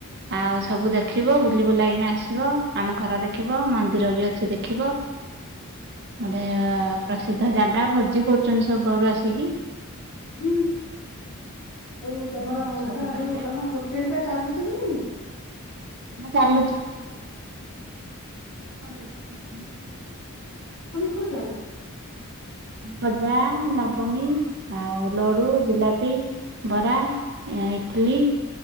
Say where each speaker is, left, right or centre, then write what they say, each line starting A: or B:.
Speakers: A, on the right (about 50°); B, on the left (about 80°).
A: ଆଉ ସବୁ ଦେଖିବ ବୁଲି ବୁଲିକିନା ଆସିବ ଆମ ଘର ଦେଖିବ ମନ୍ଦିର ବି ଅଛି ଦେଖିବ। ଗୋଟେ ପ୍ରସିଦ୍ଧ ଜାଗା ଭୋ ଭୋଜି କରୁଛନ୍ତି ସବୁ ଆଡୁ ଆସିକି
B: ବୁଲି ହଉ ତମର
A: ନୂଆ ବର୍ଷକୁ
B: ବା
A: ବାହାରିବା
B: ଯୋଉ ତମ ହୋଟେଲ ଟା ଚାଲୁଛି ନା ନାଇଁ
A: ହଁ ଚାଲଲୁଛି। ହଁ ବହୁତ ଖର୍ଚ୍ଚ ହେଇଚି ଆଉ
B: କହୁଛ
A: ଗଜା, ଲବଙ୍ଗୀ, ଆଉ ଲଡୁ, ଜିଲାପି, ବରା, ଇଟଲି